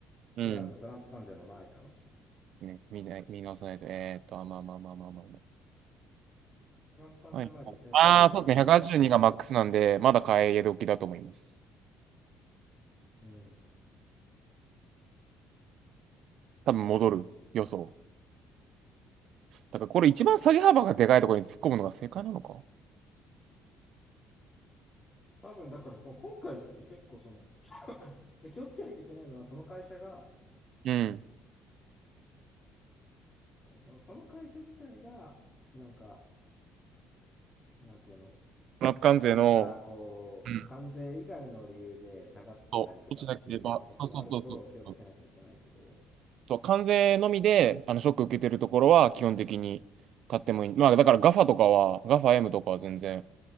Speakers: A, on the right; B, on the left.
A: うん。
B: これはあのトランプ関税の前じゃん
A: ね、見ない見直さないと。えーっと、あまあまあまあまあまあま
B: トランプ関税前で182で今126だから。
A: あ。はい。ああ、そうですね。182がマックスなんで、まだ買え時だと思います。
B: うん。
A: 多分戻る予想。だからこれ一番下げ幅がでかいところに突っ込むのが正解なのか
B: 多分だからこ今回って結構その、で気をつけなきゃいけないのはその会社が、
A: うん。
B: そその会社自体が、なんか、なんていうの、
A: トランプ関税の、
B: 何かこう、
A: うん
B: 関税以外の理由で下がってたりとかっていうふうなことがあると気をつけなきゃいけないけど、
A: そう落ちなければ、そうそうそうそうそう。そう関税のみで、あの、ショック受けてるところは基本的に買ってもいい。まあ、だからガファとかは、ガファ m とかは全然